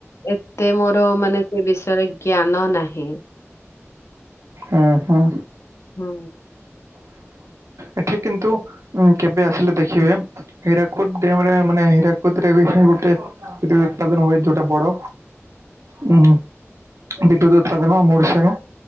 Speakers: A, on the left; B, on the right.
A: ଏତେ ମୋର ମାନେ ସେ ବିଷୟରେ ଜ୍ଞାନ ନାହିଁ।
B: ହୁଁ ହୁଁ।
A: ହୁଁ।
B: ଏଠି କିନ୍ତୁ କେବେ ଆସିଲେ ଦେଖିବେ। ହୀରାକୁଦ ଡ଼୍ୟାମରେ ମାନେ ହୀରାକୁଦ ରେ ବି ଗୋଟେ ସେଟି ବି ଉତ୍ପାଦନ ହୁଏ ଯୋଟା ବଡ। ହୁଁ ବିଦ୍ୟୁତ ଉତ୍ପାଦନ ଆମ ଓଡ଼ିଶାରୁ